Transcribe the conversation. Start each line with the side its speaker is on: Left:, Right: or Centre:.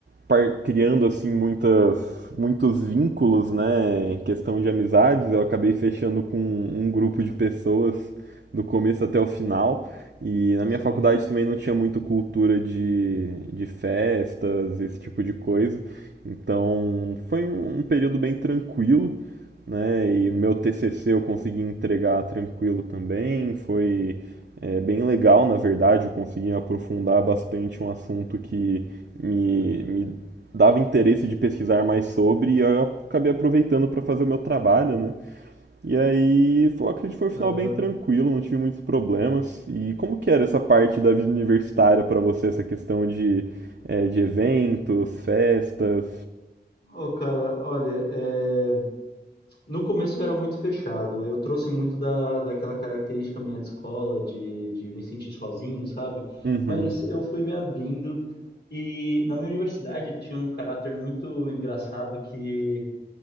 Right: par- criando assim muitas, muitos vínculos, né, em questão de amizades. Eu acabei fechando com um grupo de pessoas do começo até o final. E na minha
Left: Sim.
Right: faculdade também não tinha muito cultura de, de festas, esse tipo de coisa. Então foi um período bem tranquilo, né? E meu TCC eu consegui entregar tranquilo também. Foi é bem legal, na verdade, eu consegui aprofundar bastante um assunto que me, me dava interesse de pesquisar mais sobre e eu acabei aproveitando para fazer o meu trabalho, né? E aí, foi, acredito que foi um final
Left: Aham.
Right: bem tranquilo, não tive muitos problemas. E como que era essa parte da vida universitária para você, essa questão de, é, de eventos, festas?
Left: Ô, cara, olha, é, no começo eu era muito fechado. Eu trouxe muito da, daquela característica minha de escola, de, de me sentir sozinho, sabe?
Right: Uhum,
Left: Mas eu fui me abrindo e na minha universidade tinha um caráter muito engraçado que